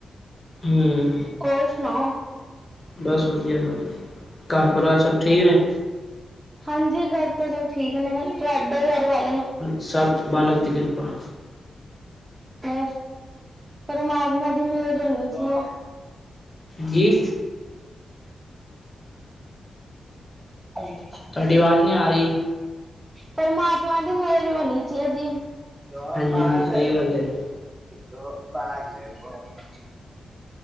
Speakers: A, on the left; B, on the right.
A: ਹਮ
B: ਹੋਰ ਸੁਣਾਓ।
A: ਬਸ ਵਧੀਆ। ਸਭ ਘਰ ਪਰਿਵਾਰ ਸਭ ਠੀਕ ਨੇ?
B: ਹਾਂਜੀ ਘਰ, ਤਾਂ ਜੋ ਠੀਕ ਨੇ, ਤੁਹਾਡੇ ਘਰ? ਵਾਲੇ
A: ਸਭ, ਮਾਲਕ ਦੀ ਕਿਰਪਾ।
B: ਖੈਰ, ਪਰਮਾਤਮਾ ਦੀ ਮਿਹਰ ਹੋਣੀ ਚਾਹੀਦੀ
A: ਜੀ
B: <unintelligible>
A: ਤੁਹਾਡੀ ਆਵਾਜ਼ ਨਹੀਂ ਆ ਰਹੀ।
B: ਪਰਮਾਤਮਾ, ਦੀ ਮੇਹਰ ਹੋਣੀ ਚਾਹੀਦੀ। ਗੋਪਾਲ
A: ਹਾਂਜੀ ਹਾਂਜੀ ਸਹੀ ਗੱਲ ਹੈ
B: ਗੋਪਾਲ, ਗੋਬਿੰਦ।